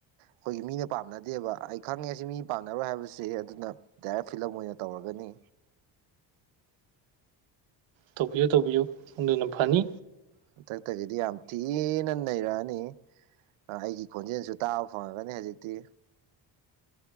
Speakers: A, on the right; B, on the right.
A: ꯑꯩꯈꯣꯏꯒꯤ ꯃꯤꯅ ꯄꯥꯝꯅꯗꯦꯕ ꯑꯩ ꯈꯪꯉꯦ ꯁꯤ ꯃꯤ ꯄꯥꯝꯅꯔꯣꯏ ꯍꯥꯏꯕꯁꯦ ꯑꯗꯨꯅ ꯗꯥꯏꯔꯦꯛ ꯐꯤꯂꯝ ꯑꯣꯏꯅ ꯇꯧꯔꯒꯅꯤ
B: ꯇꯧꯕꯤꯌꯨ ꯇꯧꯕꯤꯌꯨ ꯑꯗꯨꯅ ꯐꯅꯤ
A: ꯍꯟꯗꯛꯇꯒꯤꯗꯤ ꯌꯥꯝ ꯊꯤꯅ ꯅꯩꯔꯛꯑꯅꯤ ꯑꯩꯒꯤ ꯈꯣꯟꯖꯦꯜꯁꯨ ꯇꯥꯕ ꯐꯪꯉꯒꯅꯤ ꯍꯧꯖꯤꯛꯇꯤ